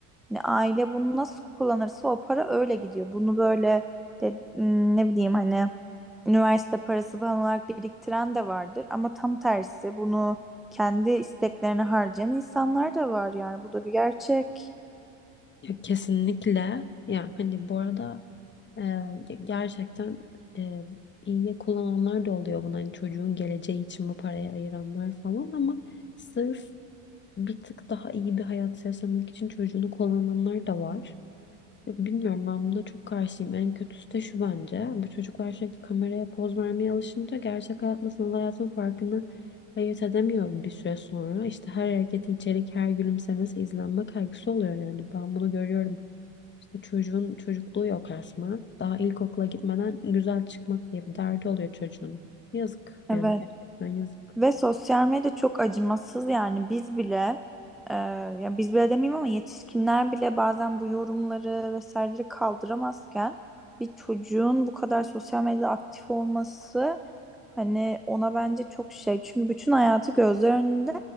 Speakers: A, in the centre; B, on the left.
A: Hani aile bunu nasıl kullanırsa o para öyle gidiyor. Bunu böyle de, m, ne bileyim hani üniversite parası falan olarak biriktiren de vardır. Ama tam tersi bunu kendi isteklerine harcayan insanlar da var yani bu da bir gerçek.
B: Ya Kesinlikle. Yani hani bu arada e, ge- gerçekten e, iyiye kullananlar da oluyor bunu. Hani çocuğun geleceği için bu parayı ayıranlar falan ama sırf bir tık daha iyi bir hayat yaşamak için çocuğunu kullananlar da var. Ya Bilmiyorum ben buna çok karşıyım. En kötüsü de şu bence. Bu çocuklar sürekli kameraya poz vermeye alışınca gerçek hayatla sanal hayatın farkını ayırt edemiyor bir süre sonra. İşte her hareketi içerik, her gülümsemesi izlenme kaygısı oluyor yani. Ben bunu görüyorum işte çocuğun çocukluğu yok resmen. Daha ilkokula gitmeden güzel çıkmak diye bir derdi oluyor çocuğun. Yazık
A: Evet.
B: yani gerçekten yazık.
A: Ve sosyal medya çok acımasız yani biz bile e, ya biz bile demeyeyim ama yetişkinler bile bazen bu yorumları vesaireleri kaldıramazken bir çocuğun bu kadar sosyal medyada aktif olması hani ona bence çok şey. Çünkü bütün hayatı gözler önünde